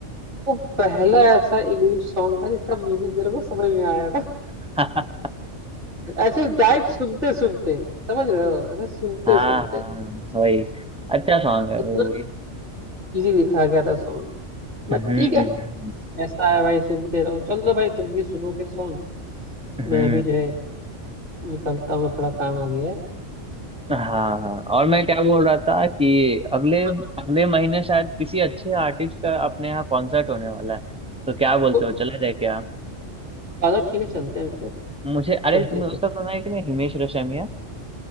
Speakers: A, on the right; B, in the centre.
A: वो पहला ऐसा इंग्लिश सॉन्ग था जिसका मीनिंग मेरे को समझ में आया था
B: <laughs> हाँ
A: <laughs> ऐसे डायरेक्ट सुनते सुनते समझ रहे हो ऐसे सुनते
B: हाँ
A: सुनते
B: वही अच्छा सॉन्ग है
A: इतना
B: वो भी
A: इजी लिखा गया था सॉन्ग बट
B: हम्म
A: ठीक है ऐसा है भाई सुनते रहो चलो भाई तुम भी सुनो फिर सॉन्ग
B: हम्म
A: मैं
B: हम्म,
A: भी जो है निकलता हूँ थोड़ा काम आ गया है
B: हाँ हाँ और मैं क्या बोल रहा था कि अगले
A: हाँ,
B: अगले महीने शायद किसी अच्छे आर्टिस्ट का अपने यहाँ कॉन्सर्ट होने वाला है तो क्या बोलते
A: तो
B: हो चला जाए क्या
A: चलो ठीक है चलते हैं फिर
B: मुझे अरे
A: चलते
B: तुमने
A: हैं चलते
B: उसका सुना है कि नहीं हिमेश रेशमिया